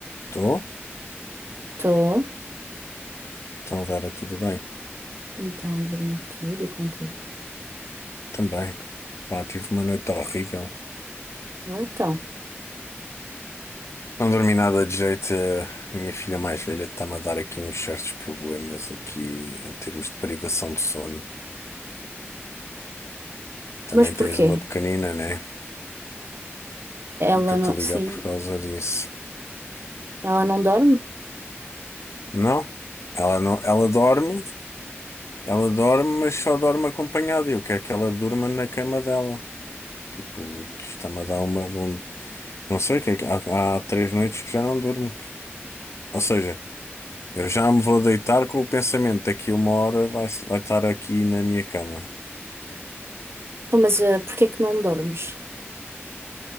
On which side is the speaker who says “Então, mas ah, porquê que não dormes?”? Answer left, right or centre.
Right